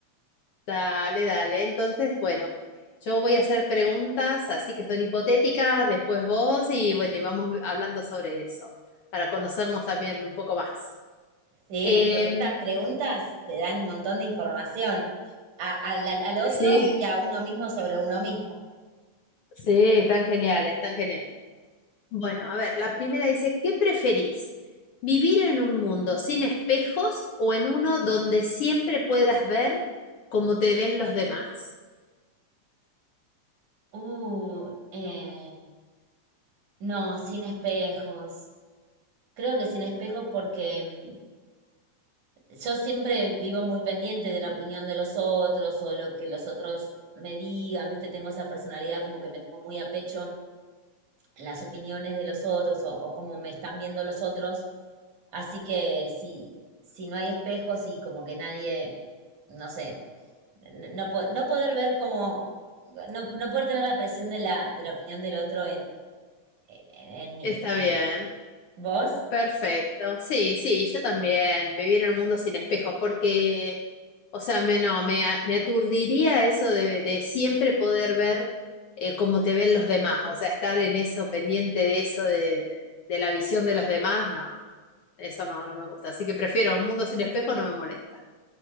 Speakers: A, on the left; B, on the right.
A: Dale, dale. Entonces, bueno, yo voy a hacer preguntas, así que son hipotéticas, después vos y bueno, y vamos hablando sobre eso, para conocernos también un poco más.
B: Sí,
A: Em,
B: porque estas preguntas te dan un montón de información a- al, al al otro
A: sí,
B: y a uno mismo sobre uno mismo.
A: sí, están geniales, están geniales. Bueno, a ver, la primera dice, ¿qué preferís? ¿Vivir en un mundo sin espejos o en uno donde siempre puedas ver cómo te ven los demás?
B: Uh, eh, no, sin espejos. Creo que sin espejos porque mm, yo siempre vivo muy pendiente de la opinión de los otros o lo que los otros me digan, ¿viste? Tengo esa personalidad como que me tomo muy a pecho las opiniones de los otros o, o cómo me están viendo los otros. Así que si, si no hay espejos y como que nadie, no sé, n- no, po- no poder ver como, no, no poder tener la presión de la, de la opinión del otro en, en, en mí,
A: Está
B: digamos.
A: bien.
B: ¿Vos?
A: Perfecto. Sí, sí, yo también. Vivir en un mundo sin espejos, porque, o sea, me, no, me, a- me aturdiría eso de, de siempre poder ver eh, cómo te ven los demás. O sea, estar en eso, pendiente de eso, de, de la visión de los demás, no, no, eso no, no me gusta. Así que prefiero un mundo sin espejos, no me molesta.